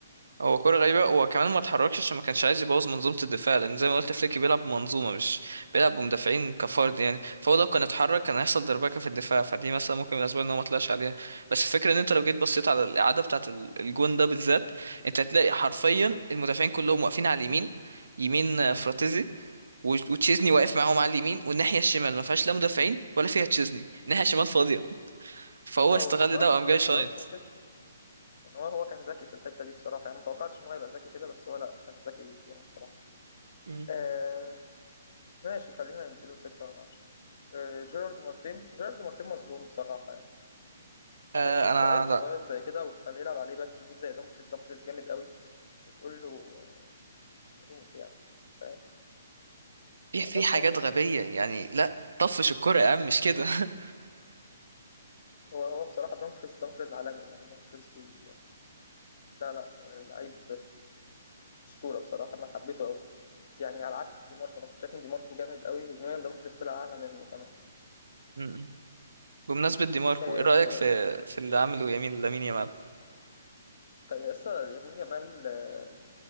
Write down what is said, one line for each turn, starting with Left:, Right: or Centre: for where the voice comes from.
Right: هو كرة غريبة هو كمان ما اتحركش عشان ما كانش عايز يبوظ منظومة الدفاع لأن زي ما قلت فليك بيلعب بمنظومة مش بيلعب بمدافعين كفرد يعني فهو لو كان اتحرك كان هيحصل دربكة في الدفاع فدي مثلا ممكن من الأسباب إن هو ما طلعش عليها بس الفكرة إن أنت لو جيت بصيت على الإعادة بتاعة ال- الجون ده بالذات أنت هتلاقي حرفيا المدافعين كلهم واقفين على اليمين يمين آه، فراتيزي و- وتشيزني واقف معاهم على اليمين والناحية الشمال ما فيهاش لا مدافعين ولا فيها تشيزني الناحية الشمال فاضية فهو
Left: أهو
Right: استغل
Left: بالضبط،
Right: ده وقام
Left: ما
Right: جاي
Left: أنا استغربت
Right: شايط
Left: من كده، إن هو هو كان ذكي في الحتة دي بصراحة، يعني ما توقعتش إن هو يبقى ذكي كده بس هو لأ، كان ذكي فيها بصراحة.
Right: مم.
Left: آآ ماشي خلّينا ندّي له 6/10. آآ جيرارد مارتين، جيرارد مارتين مظلوم بصراحة يعني،
Right: آه،
Left: ما تجيبش
Right: أنا
Left: عيل صغير زي كده وتخلّيه يلعب عليه باك يمين زي دومفريز، دومفريز جامد أوي وتقول له آه، روح يعني فاهم،
Right: في
Left: هو
Right: في
Left: غصب
Right: حاجات
Left: عنّه
Right: غبية
Left: هي
Right: يعني لا طفش الكرة يا عم مش كده <laughs>
Left: هو هو بصراحة دامفريز دامفريز عالمي يعني دامفريز بي لا لا لعيب أسطورة بصراحة أنا حبيته أوي يعني على عكس دي ماركو أنا كنت شايف إن دي ماركو جامد أوي هجوميا دامفريز طلع أعلى منه كمان
Right: م-م. بمناسبة دي ماركو
Left: آه،
Right: ايه رأيك في في اللي عمله يمين لامين يامال
Left: لسه يمين يامال آه،